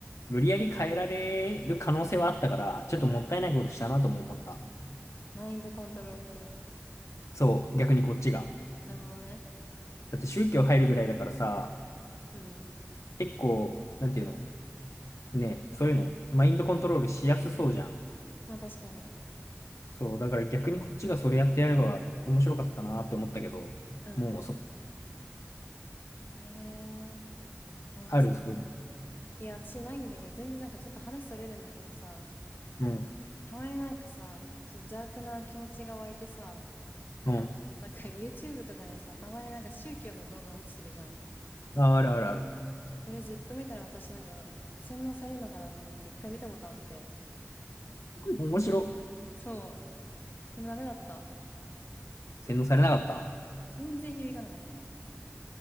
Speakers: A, on the left (about 85°); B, on the left (about 45°).
A: 無理やり変えられる可能性はあったから、ちょっともったいないことしたなとも思った。
B: マインドコントロール的な。
A: そう、逆にこっちが。
B: なるほどね。
A: だって宗教入るぐらいだからさ、
B: うん。
A: 結構、なんていうのね、そういうの、マインドコントロールしやすそうじゃん。
B: まあ確かに。
A: そう、だから逆にこっちがそれやってやれば面白かったなって思ったけど、
B: うん。
A: もうそ、
B: へえ。いやなんかさ、
A: ある、そういう。
B: いや、私ないんだけど、全然なんかちょっと話それるんだけどさ、
A: うん、
B: たまになんかさ、ちょっと邪悪な気持ちが湧いてさ、
A: うん。
B: あの、なんか YouTube とかでさ、たまになんか宗教の動画落ちてるじゃん。
A: あ、あるあるある。
B: これずっと見たら私なんか洗脳されるのかなと思って一回見たことあって。
A: 面白。
B: そう。でもダメだった。
A: 洗脳されなかった
B: 全然響かなかった。